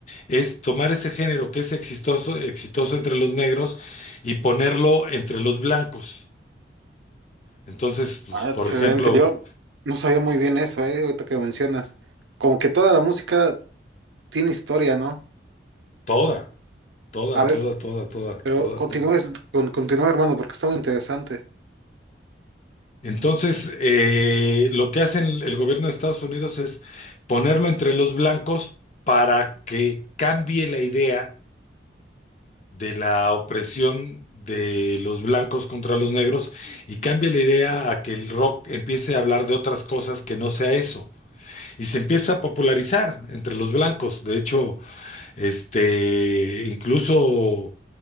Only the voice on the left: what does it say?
es tomar ese género que es exitoso, exitoso entre los negros y ponerlo entre los blancos. Entonces, pues,
por
ejemplo,
toda, toda,
toda,
toda, toda,
toda,
toda.
Entonces, eh, lo que hace el, el gobierno de Estados Unidos es ponerlo entre los blancos para que cambie la idea de la opresión de los blancos contra los negros y cambie la idea a que el rock empiece a hablar de otras cosas que no sea eso. Y se empieza a popularizar entre los blancos. De hecho, este, incluso